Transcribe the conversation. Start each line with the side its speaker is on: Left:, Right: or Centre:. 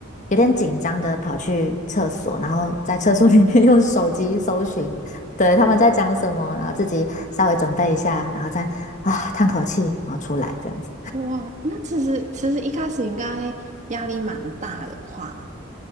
Left: 有点紧张的跑去厕所，然后在厕所里面 <laughs> 用手机搜寻，对，他们在讲什么，然后自己稍微准备一下，然后再啊叹口气，然后出来这样子。
Right: 哇，那其实其实一开始应该压力蛮大的话。